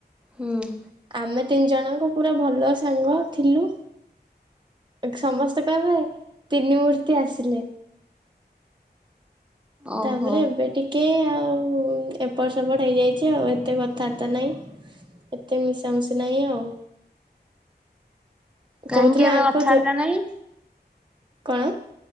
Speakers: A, in the centre; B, on the right.
A: ହଁ।
B: ଆମେ ତିନି ଜଣଙ୍କ ପୁରା ଭଲ ସାଙ୍ଗ। ଥିଲୁ ସମସ୍ତେ କହିବେ ତିନି ମୂର୍ତ୍ତି ଆସିଲେ।
A: ଓହୋ
B: ତାପରେ ଏବେେ ଟିକେ ଆଉ ଏପଟ ସେପଟ ହେଇଯାଇଛି, ଆଉ ଏତେ କଥାବାର୍ତ୍ତା ନାହିଁ, ଏତେ ମିଶାମିଶି ନାହିଁ ଆଉ।
A: କାହିଁକି
B: କହୁଥିଲେ
A: ଏବେ
B: ଆଙ୍କ
A: ଅଥା ବାର୍ତ୍ତା
B: ଯୋ
A: ନାଇଁ?
B: କଣ?